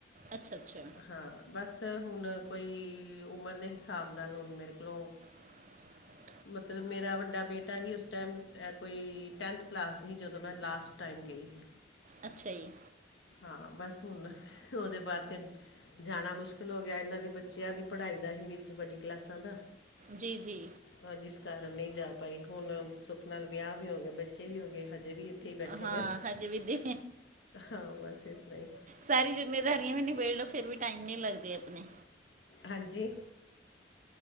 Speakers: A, on the right; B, on the left.
A: ਅੱਛਾ-ਅੱਛਾ।
B: ਹਾਂ, ਬਸ ਹੁਨ ਕੋਈ ਉਮਰ ਦੇ ਹਿਸਾਬ ਨਾਲ ਹੁਨ ਮੇਰੇ ਕੋਲੋਂ
A: <inaudible>
B: ਮਤਲਬ ਮੇਰਾ ਵੱਡਾ ਬੇਟਾ ਹੀ ਉਸ ਟੈਮ ਕੋਈ ਟੈਂਥ ਕਲਾਸ ਸੀ, ਜਦੋਂ ਮੈਂ ਲਾਸਟ ਟਾਈਮ ਗਈ ਸੀ।
A: ਅੱਛਾ ਜੀ
B: ਹਾਂ, ਬਸ ਹੁਨ ਓਦੇ ਬਾਦ ਫਿਰ ਜਾਨਾ ਮੁਸ਼ਕਿਲ ਹੋ ਗੇਆ ਏਨਾਂ ਦੇ ਬੱਚਿਆਂ ਦੀ ਪੜ੍ਹਾਈ ਦਾ ਹੀ ਵਿੱਚ ਵੱਡੀ ਕਲਾਸਾਂ ਦਾ
A: ਜੀ ਜੀ।
B: ਹਾਂ, ਜਿਸ ਕਾਰਨ ਨਈ ਜਾ ਪਾਈ, ਹੁਣ ਸੁੱਖ ਨਾਲ ਵਿਆਹ ਵੀ ਹੋ ਗਿਆ, ਬੱਚੇ ਵੀ ਹੋ ਗਏ, ਹਜੇ ਵੀ ਇੱਥੇ ਹੀ ਬੈਠੇ
A: ਹਾਂ
B: ਨੇ
A: ਹਜੇ ਵੀ ਦੇਖ
B: ਹਾਂ, ਬਸ ਇਸ ਤਰ੍ਹਾਂ ਈ
A: ਸਾਰੀ ਜਿੰਮੇਦਾਰੀਆਂ ਵੀ ਨਿਬੇੜ ਲੋ ਫਿਰ ਵੀ ਟਾਈਮ ਨੀ ਲੱਗਦੇ ਅਪਣੇ
B: ਹਾਂਜੀ